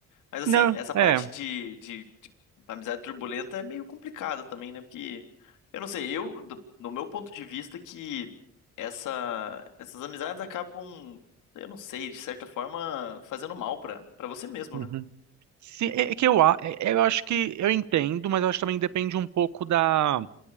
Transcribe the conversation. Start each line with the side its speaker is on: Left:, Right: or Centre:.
Left: Mas, assim,
Right: Não,
Left: essa
Right: é.
Left: parte de, de, de amizade turbulenta é meio complicada também, né? Porque, eu não sei, eu, do, do meu ponto de vista, que essa, essas amizades acabam, eu não sei, de certa forma, fazendo mal pra, pra você mesmo,
Right: uhum.
Left: né?
Right: Se- é é que eu, a- é- eu acho que eu entendo, mas eu acho que também depende um pouco da